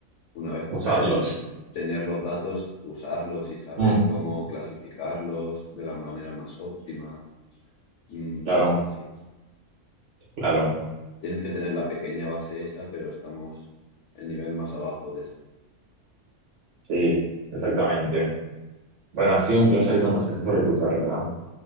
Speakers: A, on the left; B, on the right.
A: Una vez
B: Usarlos.
A: tener, tener los datos, usarlos y saber
B: Mm,
A: cómo clasificarlos de la manera más óptima, mm,
B: claro,
A: cosas así.
B: claro.
A: Tienes que tener la pequeña base esa, pero estamos el nivel más abajo de eso.
B: Sí, exactamente. Bueno, ha sido un placer conocer sobre tu carrera.